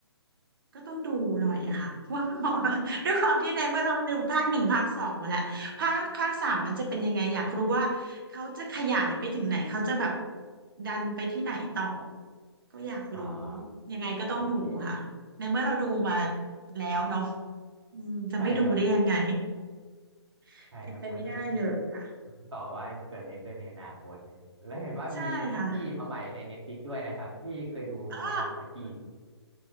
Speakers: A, on the right (about 50°); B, on the right (about 80°).
A: ก็ต้องดูหน่อยอะค่ะ <laughs> ว่า <laughs> ด้วยความที่ในเมื่อเราดูภาคหนึ่งภาคสองมาแล้วภาคภาคสามมันจะเป็นยังไงอยากรู้ว่าเขาจะขยายไปถึงไหนเขาจะแบบดันไปที่ไหนต่อก็อยากรู้
B: อ่า
A: ยังไงก็ต้องดูค่ะในเมื่อเราดูมา
B: โอเคโอเค
A: แล้วเนาะอืมจะไม่ดูได้ยังไง
B: ใช่ครับ
A: <laughs>
B: ใช่ครับมันต้อง
A: เป็นไปไม่ได้เลยค่ะ
B: ลุ้นต่อว่าจะเกิดอะไรขึ้นในอนาคตนะแล้วเห็นว่ามีชักกี้มาใหม่ในเน็ตฟลิกด้วยนะครับพี่เคยดูไหมครับชักกี้
A: ใช่ค่ะอ๋อ